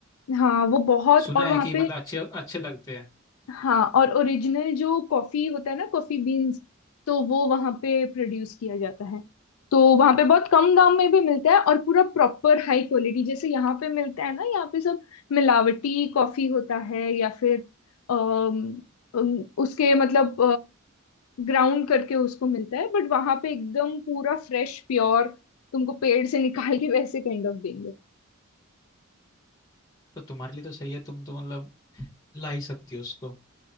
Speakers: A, on the left; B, on the left.
A: हाँ वो बहुत
B: सुना
A: और
B: है
A: वहाँ
B: कि
A: पे
B: मतलब अच्छे अच्छे लगते हैं
A: हाँ और ओरिजिनल जो कॉफी होता है ना कॉफी बीन्स तो वो वहाँ पे प्रोड्यूस किया जाता है तो वहाँ पे बहुत कम दाम में भी मिलता है और पूरा प्रॉपर हाई क्वालिटी जैसे यहाँ पे मिलता है ना यहाँ पे सब मिलावटी कॉफी होता है या फिर अम, अम, उसके मतलब ग्राउंड करके उसको मिलता है बट वहाँ पे एकदम पूरा फ्रेश प्योर तुमको पेड़ से निकाल के वैसे काइंड ऑफ देंगे
B: तो तुम्हारे लिए तो सही है तुम तो मतलब ला ही सकती हो उसको